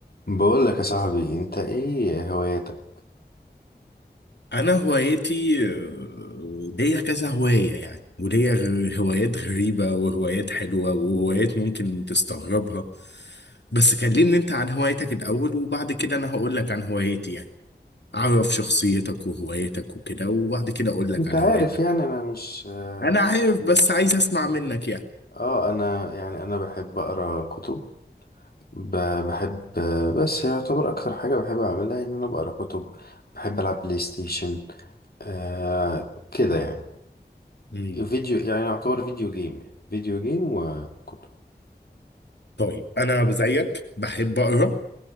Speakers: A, on the left (about 60°); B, on the left (about 80°).
A: بقول لك يا صاحبي انت ايه هواياتك
B: انا هوايتي آه، ليا كذا هواية يعني وليا غ- هوايات غريبة وهوايات حلوة وهوايات ممكن تستغربها بس كلمني انت عن هوايتك الاول وبعد كده انا هقول لك عن هوايتي يعني اعرف شخصيتك وهوايتك وكده وبعد كده اقول لك
A: انت
B: عن
A: عارف
B: هوايتك
A: يعني انا مش اه
B: انا عارف بس عايز اسمع منك يعني
A: آه، انا يعني انا بحب اقرا كتب ب- بحب بس يعتبر اكتر حاجه بحب اعملها ان انا بقرا كتب بحب العب بلاي ستيشن آه كده يعني
B: مم.
A: فيديو يعني يعتبر فيديو جيم يعني، فيديو جيم وكتب
B: طيب انا زيك بحب اقرا